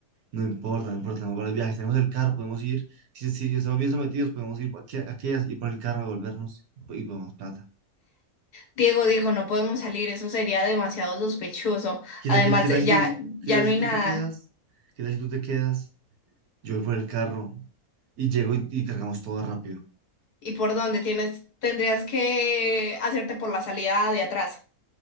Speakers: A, on the right; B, on the left.
A: No importa, no importa. Tenemos varios viajes. Tenemos el carro, podemos ir. Si, si estamos bien sometidos, podemos ir por aquí, aquellas y por el carro, devolvernos y podemos plata.
B: Diego, Diego, no podemos salir, eso sería demasiado sospechoso.
A: ¿Qué
B: Además,
A: tal, qué, qué tal si
B: ya,
A: tú,
B: ya
A: qué tal
B: no
A: si
B: hay
A: tú
B: nada.
A: te quedas? ¿Qué tal si tú te quedas? Yo voy por el carro y llego y, y cargamos todo rápido.
B: ¿Y por dónde tienes? Tendrías que hacerte por la salida de atrás.